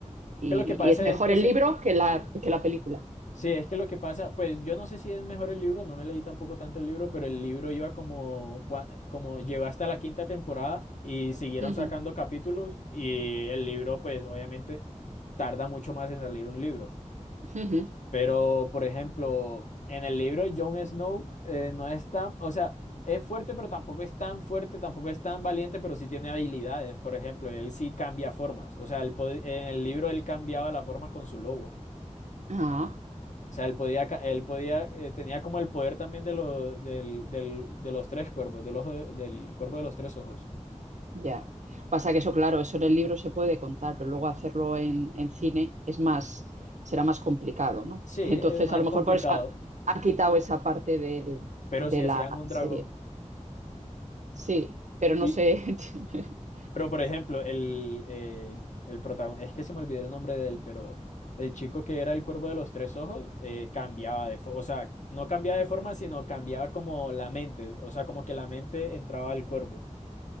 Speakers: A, on the right; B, on the left.
A: y-
B: Que lo que pasa
A: y es mejor
B: es que
A: el
B: se...
A: libro que la,
B: Sí.
A: que la película.
B: Sí, es que lo que pasa, pues yo no sé si es mejor el libro, no me leí tampoco tanto el libro, pero el libro iba como, cua- como llegó hasta la quinta temporada y siguieron
A: Ujú,
B: sacando capítulos y el libro, pues obviamente tarda mucho más en salir un libro.
A: ujú.
B: Pero, por ejemplo, en el libro Jon Snow eh, no es tan, o sea, es fuerte, pero tampoco es tan fuerte, tampoco es tan valiente, pero sí tiene habilidades. Por ejemplo, él sí cambia formas, o sea, él pod- en el libro él cambiaba la forma con su lobo.
A: Ah.
B: O sea, él podía, ca- él podía, eh, tenía como el poder también de, lo- del- del- de los tres cuervos, del ojo, de- del cuervo de los tres ojos.
A: Ya. Pasa que eso, claro, eso en el libro se puede contar, pero luego hacerlo en, en cine es más, será más complicado, ¿no?
B: Sí,
A: <laughs> Entonces,
B: es más
A: a lo mejor
B: complicado,
A: por eso ha- han quitado esa parte del-
B: pero
A: de
B: si hacían
A: la
B: un
A: serie.
B: dragón.
A: Sí, pero no
B: Y,
A: sé. <laughs>
B: pero por ejemplo, el, eh, el protagonista, es que se me olvidó el nombre de él, pero el chico que era el cuervo de los tres ojos eh, cambiaba de forma, o sea, no cambiaba de forma, sino cambiaba como la mente, o sea, como que la mente entraba al cuervo.